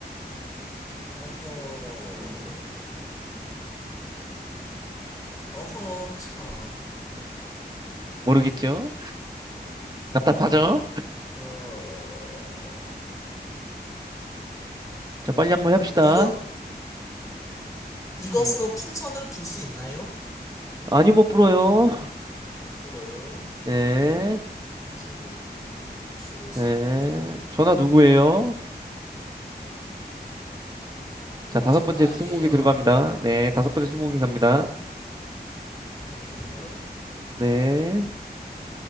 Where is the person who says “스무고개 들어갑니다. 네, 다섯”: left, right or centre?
Right